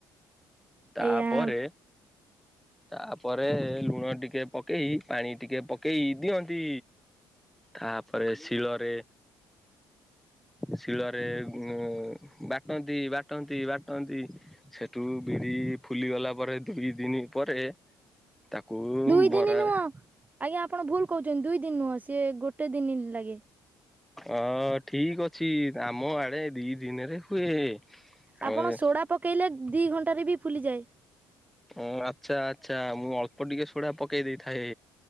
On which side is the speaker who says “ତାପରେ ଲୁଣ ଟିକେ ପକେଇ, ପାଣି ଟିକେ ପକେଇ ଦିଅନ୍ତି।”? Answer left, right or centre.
Centre